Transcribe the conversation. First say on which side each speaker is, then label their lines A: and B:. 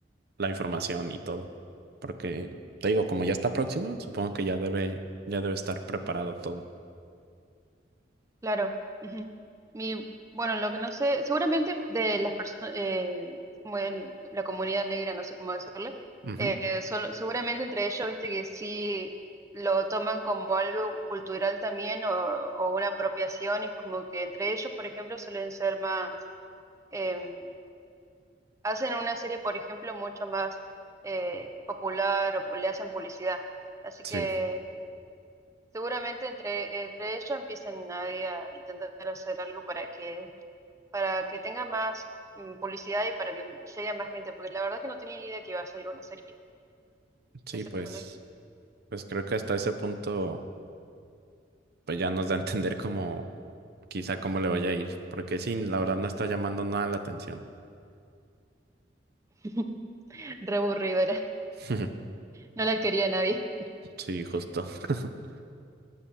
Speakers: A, on the right; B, on the right.
A: la información y todo, porque te digo, como ya está próxima, supongo que ya debe, ya debe estar preparado todo.
B: Claro. ujú. Mi, bueno, lo que no sé, seguramente de las personas, como el- la comunidad negra, no sé cómo decirle,
A: Ujú,
B: eh, solo- seguramente entre ellos, viste que sí lo toman como algo cultural también o, o una apropiación, y como que entre ellos, por ejemplo, suelen ser más, eh, hacen una serie, por ejemplo, mucho más eh, popular o le hacen publicidad. Así
A: Sí,
B: que seguramente entre, entre ellos empiezan ahí a intentar hacer algo para que para que tenga más mm, publicidad y para que llegue a más gente, porque la verdad que no tenía ni idea que iba a salir una serie
A: sí,
B: de ese
A: pues.
B: personaje.
A: Pues creo que hasta ese punto, pues ya nos da a entender como quizá cómo le vaya a ir, porque sí, la verdad no está llamando nada la atención.
B: <laughs> Re aburrido era,
A: <laughs>
B: no la quería nadie.
A: Sí, justo. <laughs>